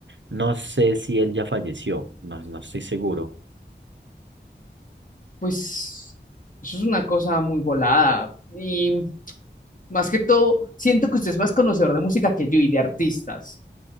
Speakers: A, on the right; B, on the left.
A: no sé si él ya falleció, no, no estoy seguro.
B: Pues eso es una cosa muy volada. Y Más que todo, siento que usted es más conocedor de música que yo y de artistas.